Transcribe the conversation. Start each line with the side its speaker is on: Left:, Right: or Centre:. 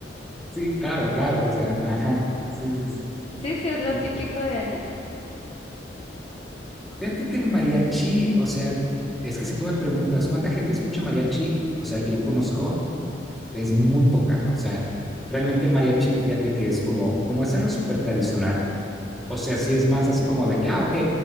Centre: sí, claro, claro, o sea, ajá, sí, sí,
Left: Sí, sí, es lo
Centre: sí.
Left: típico de allá.
Centre: Fíjate que el mariachi, o sea, es que si tú me preguntas, ¿cuánta gente escucha mariachi? O sea, que yo conozco, es muy poca, o sea, realmente el mariachi, fíjate que es como, como es algo súper tradicional, O sea, sí es más así como de que, ah, ok,